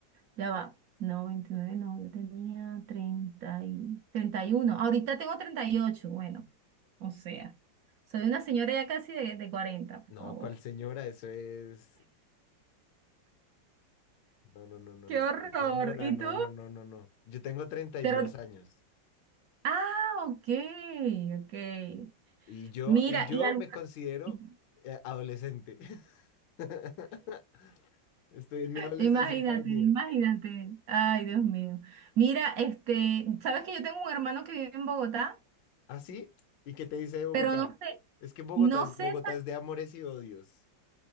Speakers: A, on the right (about 75°); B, on the left (about 75°).
A: Ya va. No, 29 no. Yo tenía treinta y, 31. Ahorita tengo 38. Bueno, o sea, soy una señora ya casi de, de 40, por
B: no,
A: favor.
B: ¿cuál señora? Eso es... No, no, no, no,
A: ¡Qué
B: no,
A: horror!
B: ¿cuál señora?
A: ¿Y
B: No,
A: tú?
B: no, no, no, no. Yo tengo treinta y
A: Pero
B: dos años
A: Ah, ok, ok.
B: y yo,
A: Mira,
B: y yo
A: y algo,
B: me considero
A: <laughs>
B: eh, adolescente. <laughs> Estoy en mi adolescencia
A: imagínate,
B: tardía.
A: imagínate. Ay, Dios mío. Mira, este, sabes que yo tengo un hermano que vive en Bogotá,
B: ¿Así? ¿Y qué te dice de Bogotá?
A: pero no sé,
B: Es que Bogotá
A: no
B: es,
A: sé
B: Bogotá es de amores y odios.